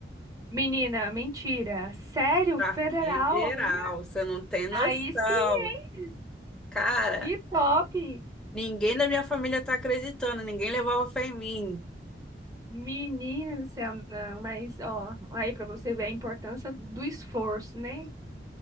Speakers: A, on the right; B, in the centre.
A: Menina, mentira. Sério,
B: Para
A: federal,
B: federal,
A: olha.
B: você não tem noção.
A: Aí sim, hein?
B: Cara,
A: Que top!
B: ninguém da minha família tá acreditando, ninguém levava fé em mim.
A: Menina do céu, não, mas ó, aí pra você ver a importância do esforço, né?